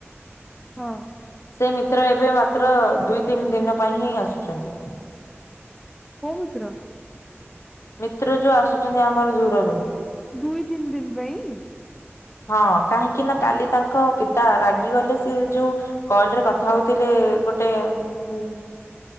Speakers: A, in the centre; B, on the left.
A: ହଁ
B: ସେ ମି ମାତ୍ର ଏବେ ମାତ୍ର ଦୁଇ ତିନି ଦିନ ପାଇଁ ହିଁ ଆସୁଚନ୍ତି।
A: କୋଉ ମିତ୍ର।
B: ମିତ୍ର ଯୋଉ ଆସୁଛନ୍ତି ଆମର ଦୂରରୁ।
A: ଦୁଇ ତିନ ଦିନ ପାଇଁ।
B: ହଁ କାହିଁକିନା କାଲି ତାଙ୍କ ପିତା ରାଗିଗଲେ ସେଏ ଯୋଉ କଲରେ କଥା ହଉଥିଲେ। ଗୋଟେ ହଁ।